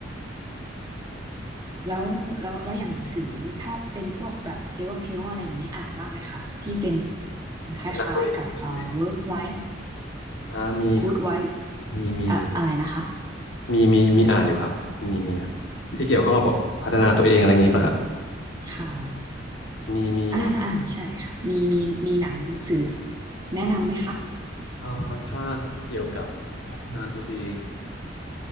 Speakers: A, on the right; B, on the left.
A: แล้วแล้วแล้วอย่างหนังสือถ้าเป็นพวกแบบเซลฟ์เฮลอะไรอย่างนี้อ่านบ้างไหมคะที่เป็น
B: พัฒนาตัวเองใช่ไหม
A: คล้ายๆกับเอ่อ work life
B: อ่ามีเคย
A: Good Wife
B: มีมีอยู่
A: อะอะไรนะคะ
B: มีมีมีอ่านอยู่ครับมีมีครับที่เกี่ยวข้องกับแบบพัฒนาตัวเองอะไรอย่างนี้ป่ะฮะ
A: ค่ะ
B: มีมีอยู่ครับ
A: อ่าอ่าใช่ค่ะมีมีมีหนังสืบแนะนำไหมคะ
B: อ่าถ้าเกี่ยวกับพัฒนาตัวเอง